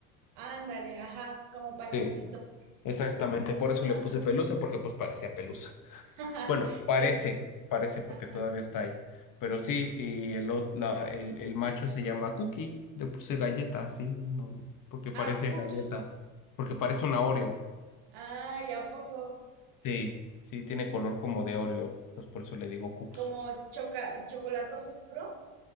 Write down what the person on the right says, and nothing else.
Ándale, ajá, como pachoncito.
Ajá.
<laughs>
Sí,
ajá.
Ah, Cookie.
Ay, ¿a poco?
Como choca chocolatoso oscuro.